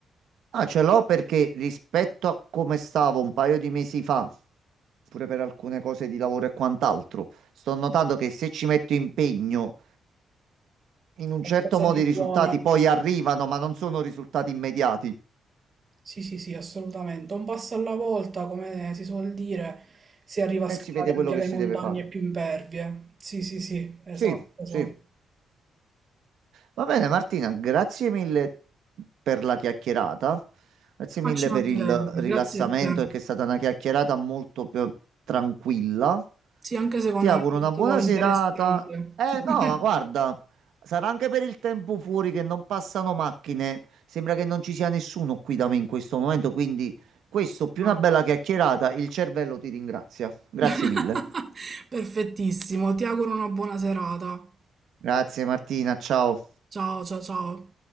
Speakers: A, on the right; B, on the right.
A: Ah, ce l'ho perché rispetto a come stavo un paio di mesi fa, pure per alcune cose di lavoro e quant'altro, sto notando che se ci metto impegno, in un
B: qualcosa
A: certo modo
B: di
A: i risultati
B: buono.
A: poi arrivano, ma non sono risultati immediati
B: Sì, sì, sì, assolutamente. Un passo alla volta, come si suol dire, si arriva
A: e
B: a scalare
A: si vede quello
B: anche
A: che
B: le
A: si
B: montagne
A: deve fare.
B: più impervie. Sì, sì, sì, esatto,
A: Sì,
B: esatto.
A: sì. Va bene, Martina, grazie mille per la chiacchierata. Grazie mille
B: Ma ci mancherebbe,
A: per il rilassamento,
B: grazie a te.
A: perché è stata una chiacchierata molto più tranquilla.
B: Sì, anche secondo
A: Ti auguro
B: me
A: una
B: è
A: buona
B: molto
A: serata.
B: interessante.
A: Eh
B: <laughs>
A: no, ma guarda, sarà anche per il tempo fuori che non passano macchine. Sembra che non ci sia nessuno qui da me in questo momento, quindi questo più
B: No.
A: una bella chiacchierata, il cervello ti ringrazia. Grazie
B: <laughs>
A: mille.
B: Perfettissimo, ti auguro una buona serata.
A: Grazie Martina, ciao.
B: Ciao, ciao, ciao.